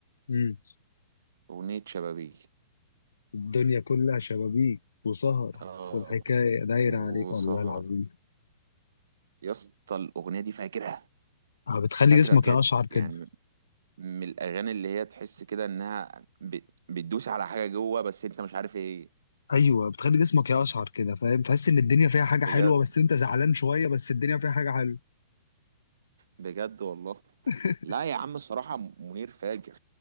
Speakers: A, on the left (about 75°); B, on the right (about 65°).
A: مم.
B: اغنيه شبابيه
A: الدنيا كلها شبابيك وسهر
B: اه
A: والحكاية دايرة
B: وسهر
A: عليك والله العظيم
B: يا اسطى الاغنيه دي فاجره
A: آه، بتخلي
B: فاجره
A: جسمك
B: بجد
A: يقشعر كده
B: يعني من الاغاني اللي هي تحس كده انها ب- بتدوس على حاجه جوه بس انت مش عارف ايه
A: ايوه بتخلي جسمك يقشعر كده فاهم تحس ان الدنيا فيها حاجه
B: بجد
A: حلوه بس انت زعلان شويه بس الدنيا فيها حاجه حلوه
B: بجد والله
A: <laughs>
B: لا يا عم الصراحة منير فاجر